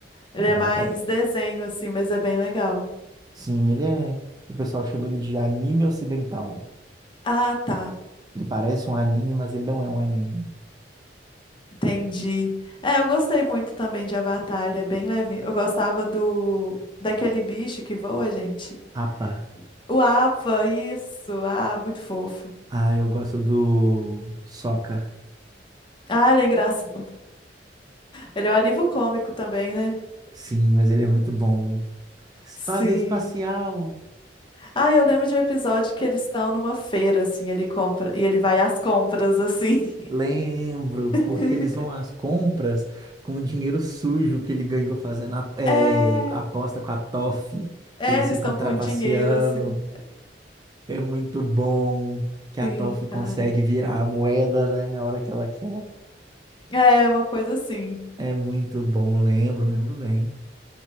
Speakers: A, on the left; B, on the right.
A: Ele
B: É, ah,
A: é mais
B: tá-
A: desenho, assim, mas é bem legal.
B: Sim, ele é. O pessoal chama ele de anime ocidental.
A: Ah, tá.
B: Ele parece um anime, mas ele não é um anime.
A: Entendi. É, eu gostei muito também de Avatar. Ele é bem levinho. Eu gostava do. Daquele bicho que voa, gente.
B: Apa.
A: O Apa, isso. Ah, muito fofo.
B: Ah, eu gosto do Sokka.
A: Ah, ele é engraçado. Ele é um alívio cômico também, né?
B: Sim, mas ele é muito bom. Espada
A: Sim.
B: espacial.
A: Ah, eu lembro de um episódio que eles estão numa feira, assim, ele compra e ele vai às compras, assim.
B: Lembro,
A: <laughs>
B: porque eles vão às compras com o dinheiro sujo que ele ganhou fazendo a, é,
A: É,
B: aposta com a Toff.
A: é,
B: Eles
A: eles
B: ficam
A: estão
B: trapaceando.
A: com dinheiro, assim.
B: É muito bom que a
A: Sim,
B: Toff consegue
A: cara.
B: virar a moeda, né? A hora que ela quer.
A: É uma coisa assim.
B: É muito bom, lembro, lembro bem.